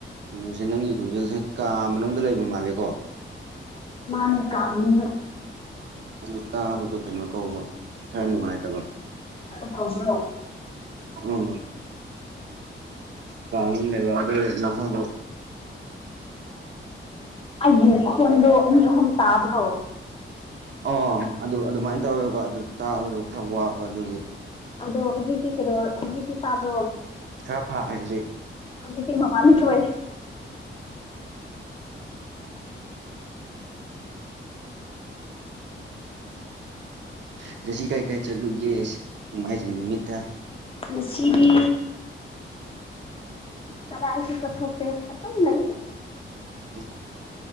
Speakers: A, on the right; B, on the left.
A: ꯀꯩꯅꯣꯁꯦ ꯅꯪꯒꯤ ꯈꯣꯟꯖꯦꯜꯁꯦ ꯀꯥ ꯃꯅꯨꯡꯗ ꯂꯩꯕ ꯃꯥꯜꯂꯦꯀꯣ
B: ꯃꯥꯅꯦ ꯀꯥꯥꯟꯔꯦ
A: ꯑꯗꯨ ꯇꯥꯕꯗꯣ ꯀꯩꯅꯣ ꯇꯧꯕꯧꯕ ꯈꯔ ꯅꯨꯡꯉꯥꯏꯇꯕ
B: ꯇꯥꯎꯁꯣ
A: ꯎꯝ ꯀꯅ ꯂꯩꯕꯗ ꯅ ꯐꯣꯟꯗ
B: ꯑ ꯒꯤꯀꯣꯟꯣ ꯅꯅꯤ ꯍꯟ ꯇꯥꯕ꯭ꯔꯣ
A: ꯑꯣ ꯑꯗꯨ ꯑꯗꯨꯃꯥꯏꯅ ꯇꯧꯋꯦꯕ ꯑꯗꯨ ꯇꯥꯕꯗꯣ ꯈꯔ ꯋꯥꯕ ꯑꯗꯨꯒꯤ
B: ꯑꯗꯣ ꯍꯧꯖꯤꯛꯇꯤ ꯀꯩꯅꯣ ꯍꯧꯖꯤꯛꯇꯤ ꯇꯥꯕ꯭ꯔꯣ
A: ꯈꯔ ꯐꯥꯉꯦ ꯍꯧꯖꯤꯛ
B: ꯑꯕꯤꯇꯤꯝ ꯃꯥꯅꯤ ꯆꯥꯏ
A: ꯑꯗ ꯁꯤ ꯀꯔꯤ ꯀꯥꯏ ꯆꯠꯂꯨꯒꯦ ꯅꯣꯡꯃꯥꯏꯖꯤꯡ ꯅꯨꯃꯤꯠꯇ
B: ꯉꯁꯤꯗꯤ ꯀꯗꯥꯁꯤꯁ ꯊꯧꯇꯦ ꯂꯩ
A: ꯎ